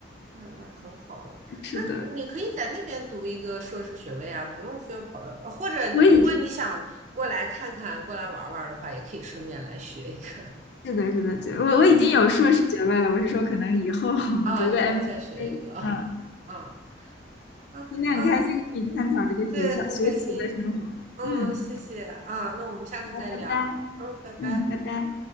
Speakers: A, on the right (about 40°); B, on the left (about 60°).
A: 那那很好了。
B: 是的，
A: 那你可以在那边读一个硕士学位啊，不用非要跑到，呃或者你如果你想过来看看、
B: 我已
A: 过来玩儿玩儿的话，也可以顺便来学一个。
B: 是的，是的，对，我我已经有硕士学位了。
A: <laughs> 啊
B: 我是说，可能以后 <laughs>
A: 啊，
B: 我读个
A: 以后再学一个啊。
B: MBA。嗯，
A: <laughs> 啊啊啊，
B: 今天很开心跟你探讨这个学校学习的生活。
A: 对，很开心。嗯，
B: 嗯，
A: 谢谢啊，那我们下次再聊。
B: 好，拜拜。
A: 嗯，拜拜。
B: 嗯，拜拜。